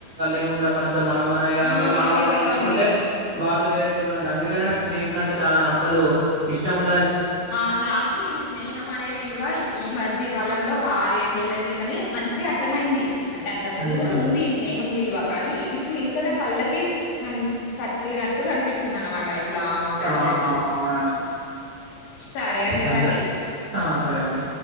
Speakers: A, on the right; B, on the left.
A: ఏందా మన మనం మనంద
B: ఆ
A: అనుకోని మనం
B: అదే
A: వాళ్ళు
B: కదా
A: చేయికుంటే
B: అండి
A: వాళ్ళు వేరేతే తీ అందుక స్నేహితులు అంటే చాలా అసలు ఇష్టం ఉ
B: ఆ నాకు ఈ స్నేహం అనే విలువ ఈ మధ్య కాలంలో ఒక ఆర ఏడు నెలల కిందని మంచి అర్థమయింది అంటే అంతకు ముందు
A: ఉమ్.
B: కూడా ఉంది స్నేహం విలువ కానీ ఇప్పుడు ఇంకా నా కళ్ళకి క కట్టినట్టు కనిపించింది అనమాట టైట్లా ఉంటది
A: ఆ
B: అని
A: అవునా అండి
B: సరే అండి
A: అయినా
B: మరి
A: ఆ సరే అండి